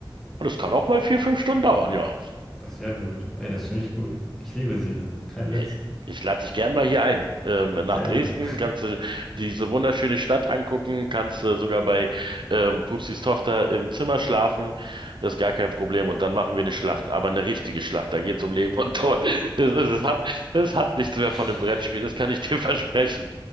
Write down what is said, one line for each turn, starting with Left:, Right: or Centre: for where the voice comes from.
Right: Und das kann auch mal vier, fünf Stunden dauern, ja.
Centre: Das ist ja gut. Ey, das finde ich gut. Ich liebe Siedler. Kein
Right: Hey,
Centre: Witz.
Right: Ich lade dich gern mal hier ein. Ähm, nach
Centre: Gerne.
Right: Dresden kannst du diese wunderschöne Stadt angucken, kannst du sogar bei ähm, Pupsis Tochter im Zimmer schlafen. Das ist gar kein Problem. Und dann machen wir eine Schlacht, aber eine richtige Schlacht. Da geht es um Leben und Tod. Es, es, es hat, es hat
Centre: <laughs>
Right: nichts mehr von einem Brettspiel, das kann ich dir <laughs> versprechen.